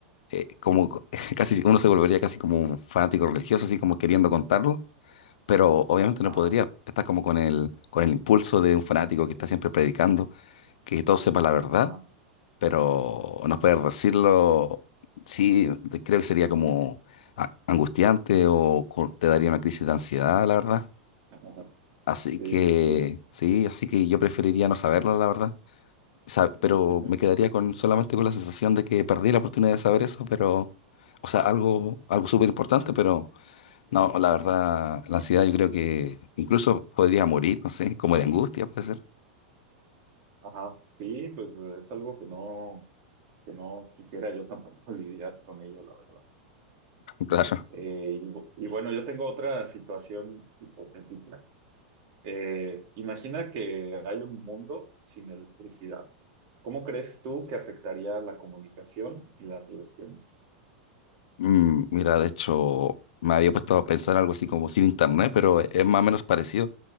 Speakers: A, on the left; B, on the right.
A: eh, como co- <laughs> casi uno se volvería casi como un fanático religioso, así como queriendo contarlo, pero obviamente
B: ajá,
A: no podría, estás como con el, con el impulso de un fanático que está siempre predicando, que todo sepa la verdad
B: ajá,
A: pero no poder decirlo, sí, de- creo que sería como a- angustiante o co- te daría una crisis de ansiedad, la verdad.
B: ajá,
A: Así
B: sí,
A: que,
B: sí,
A: sí, así que yo preferiría no saberlo, la verdad. Sa-
B: sí.
A: pero
B: <laughs>
A: me quedaría con solamente con la sensación de que perdí la oportunidad de saber eso, pero, o sea, algo, algo súper importante, pero no, la verdad, la ansiedad yo creo que incluso podría morir, no sé, como de angustia, puede ser.
B: Ajá, sí, pues es algo que no, que no quisiera yo tampoco <laughs> lidiar con ello, la verdad.
A: <laughs> Claro.
B: Eh, y, bu- y bueno, yo tengo otra situación hipotética. Eh, imagina que hay un mundo sin electricidad. ¿Cómo crees tú que afectaría la comunicación y las relaciones?
A: Mm, mira, de hecho, me había puesto a pensar algo así como sin internet, pero es más o menos parecido.